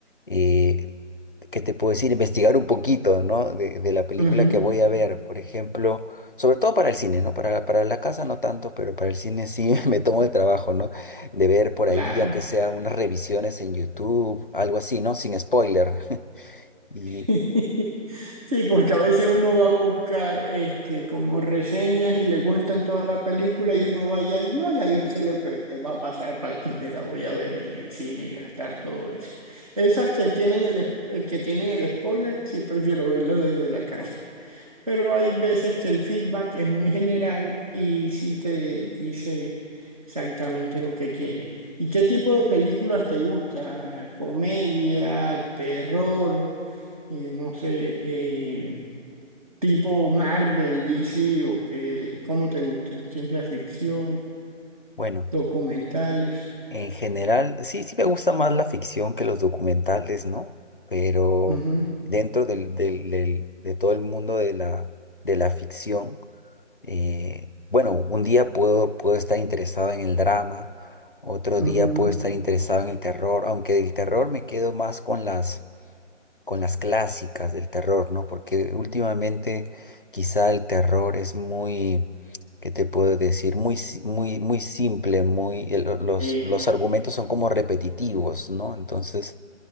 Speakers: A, on the left; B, on the right.
A: eh, ¿qué te puedo decir? Investigar un poquito, ¿no? De, de la película
B: Ujú,
A: que voy a ver, por ejemplo, sobre todo para el cine, ¿no? Para, la- para la casa no tanto, pero para el cine sí <laughs> me tomo el trabajo, ¿no? De ver por
B: claro.
A: ahí, aunque sea unas revisiones en YouTube, algo así, ¿no? Sin spoiler. <laughs> Y
B: <laughs> Sí, porque a veces uno va a buscar este, como reseñas y le cuentan toda la película y uno vaya y no, ya yo sé lo que va a pasar para que me la voy a ver en el cine y gastar todo eso. Esas que tienen el, es- eh, que tienen el spoiler, sí prefiero verlo desde la casa. Pero hay veces que el feedback es muy general y sí te dice exactamente lo que quiere. ¿Y qué tipo de películas te gusta? ¿Comedia, terror, eh, no sé, eh, tipo Marvel, DC o qué, cómo te gusta? Ciencia ficción,
A: bueno.
B: documentales.
A: En general, sí, sí me gusta más la ficción que los documentales, ¿no? Pero
B: Ujú,
A: dentro del, del- del- de todo el mundo de la, de la ficción, eh, bueno, un día puedo, puedo estar interesado en el drama, otro
B: ujú.
A: día puedo estar interesado en el terror, aunque del terror me quedo más con las con las clásicas del terror, ¿no? Porque últimamente quizá el terror es muy, ¿qué te puedo decir? Muy, si- muy, muy simple, muy, el- los,
B: Eh,
A: los argumentos son como repetitivos, ¿no? Entonces,